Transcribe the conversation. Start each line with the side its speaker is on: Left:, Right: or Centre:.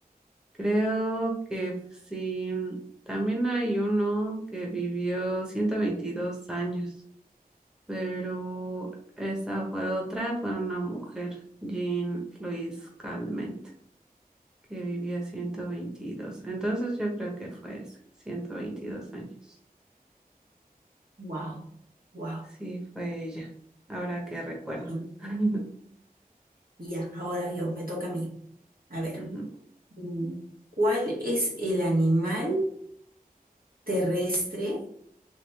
Centre: creo que sí, también hay uno que vivió 122 años, pero esa fue otra, fue una mujer, Jean Louise Calment, que vivió 122. Entonces yo creo que fue esa, 122 años.
Right: Wow, wow.
Centre: Sí, fue ella. Ahora que recuerdo.
Right: Bien.
Centre: <laughs>
Right: Y ya, ahora yo, me toca a mí. A ver,
Centre: Ujú.
Right: mm, ¿cuál es el animal terrestre